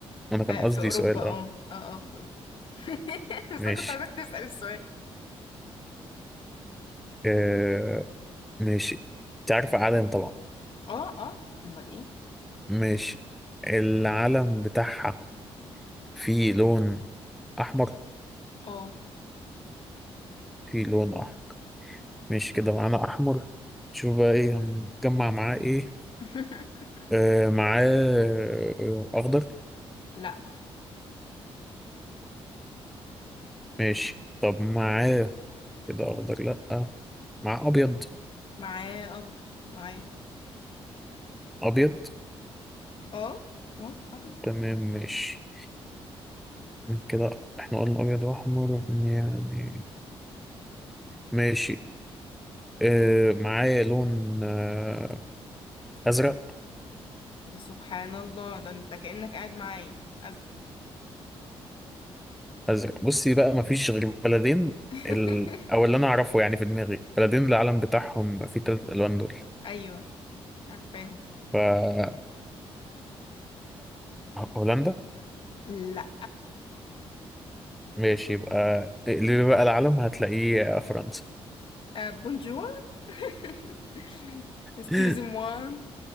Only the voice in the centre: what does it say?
انا كان
قصدي
سؤال
اه
ماشي
آه ماشي تعرف علم طبعا
ماشي العلم بتاعها فيه لون احمر
فيه لون احمر ماشي كده معانا احمر شوف بقى ايه هنجمع معاه ايه
آه معاه آه، اخضر
ماشي طب معاه كده اخضر لا مع ابيض
ابيض
تمام ماشي كده احنا قلنا ابيض واحمر يعني ماشي اه معايا لون آه، ازرق
ازرق بصي بقى مفيش غير بلدين
ال... او اللي انا اعرفه يعني في دماغي بلدين العلم بتاعهم في تلات الوان دول
فهي هولندا
ماشي يبقى اللي بقى العلم هتلاقيه فرنسا
<laughs>